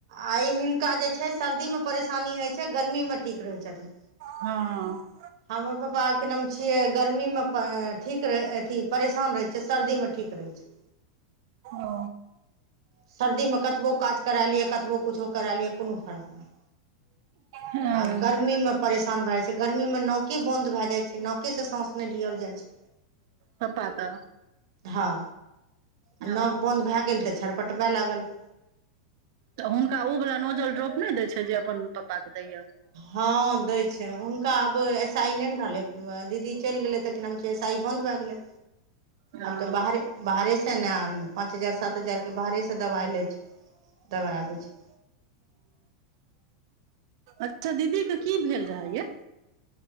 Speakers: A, on the right; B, on the right.
A: आ हिनका जे छै सर्दीमे परेशानी होइत छै गर्मी मे ठीक रहैत छथिन
B: हाँ अ
A: हमर पापा के नाम छियै गर्मी मे ठीक रह अथी परेशान रहे छिय सर्दी मे ठीक रहै छै
B: ओ
A: सर्दीमे कतबो काज करा लिअ कतबो किछो करा लिअ कोनो फर्क नहि
B: हँ
A: आ गर्मी में परेशान भए जाय छै गर्मी में नाके बंद भए जाय छै न के सांस नहि लियल जाइ छै
B: पप्पा के
A: हँ आ नाक
B: ओ
A: बंन्द भए गेल तऽ छरपटबै लागल
B: तऽ हुनका उ वला नोजल ड्रोप नै दैय छै जे अपन पप्पा के दैयऽ
A: हँ दै छै हुनका आब ऐसा ई नहि ने रहलै दीदी चलि गेलै तऽ कि नाम छै ऐसाई बन्द भए गेले
B: हँ
A: आब तऽ बाहरे बाहरेसँ ने पाँच हजार सात हजारके बाहरेसँ दबाइ लै छै दबाइ आबै छै
B: अच्छा दीदी के की भेल रहय यै